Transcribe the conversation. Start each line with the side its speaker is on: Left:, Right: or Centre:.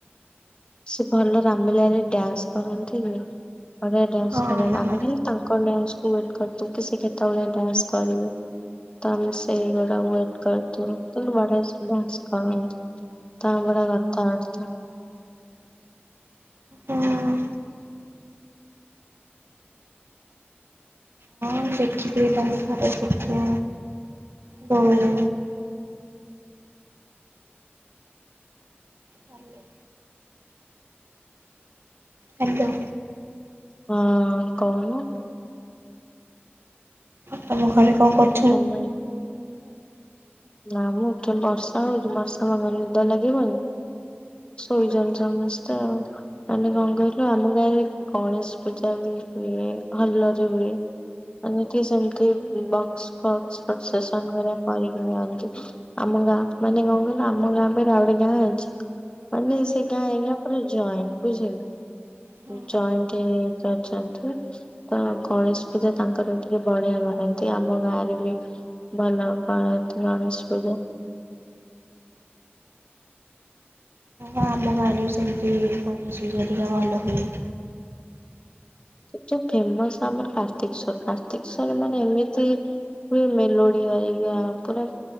Left: ସେ ଭଲ ରାମିଲାଇରେ ଡ୍ୟାନ୍ସ କରନ୍ତି। ବଢିଆ ଡ୍ୟାନ୍ସ
Right: ହୁଁ
Left: କର। ଆମେ ଖାଲି ତାଙ୍କ ଡ୍ୟାନ୍ସ କୁ ୱେଟ କରୁ। ସେ କେତେବେଳେ ଡ୍ୟାନ୍ସ କରିବେ। ତ ଆମେ ସେ ଗୋଡା ୱେଟ କରିଥିବୁ। କିନ୍ତୁ ବଢିଆ ସେ ଡ୍ୟାନ୍ସ କରନ୍ତି। ତାଙ୍କ ଗୁଡା କଥାବାର୍ତ୍ତା।
Right: ହଁ ହଁ ଦେଖିଥିବେ ତାଙ୍କୁ ଥରେ ସେଠି। ହୁଁ। ହାଲୋ। ହ୍ୟାଲୋ
Left: ହଁ କହୁନୁ।
Right: ତମ ଘରେ କଣ କର
Left: ଓମେ। ନା ମୁଁ ବର୍ଷା ହଉଛି ବର୍ଷା ମାଗ ନିଦ ଲାଗିବନି। ଶୋଇଛନ୍ତି ସମସ୍ତେ ଆଉ। ମାନେ କଣ କହିଲୁ ଆମ ଗାଁରେ ଗଣେଶ ପୂଜା ବି ହୁଏ। ଭଲରେ ହୁଏ। ଏମିତି ସେମତି ବକ୍ସ ଫକ୍ସ ପ୍ରସେସନ ହେରିକା କରିକି ନିଅନ୍ତି। ଆମ ଗାଉଁ ମାନେ କଣ କହିଲ ଆମ ଗାଁ ପରେ ଆଉ ଗୋଟେ ଗାଁ ଅଛି। ମାନେ ସେ ଗାଁ ଏ ଗାଁ ପୁରା ଜଏଣ୍ଟ ବୁଝିହେଲା।
Right: ହଁ
Left: ଜଏଣ୍ଟ ହେଇ ହେଇ ସେ ଅଛନ୍ତି। ତ ଗଣେଶ ପୂଜା ତାଙ୍କର ଟିକେ ବଢିଆ କରନ୍ତି। ଆମ ଗାଁରେ <unintelligible> ଭଲ ପାଆନ୍ତି ଗଣେଶ ପୂଜା।
Right: ହଁ ଆମ ଗାଁ ରେ ବି ସେମିତି ଗଣେଶ ପୂଜା ହେରିକା ଭଲ ହୁଏ।
Left: କିନ୍ତୁ ଫେମସ୍ ଆମର କାର୍ତ୍ତିକଶ୍ଵର କାର୍ତ୍ତିକଶ୍ଵର ମାନେ ଏମିତି ହୁଏ ମେଲୋଡ଼ି ହରିକା ପୁରା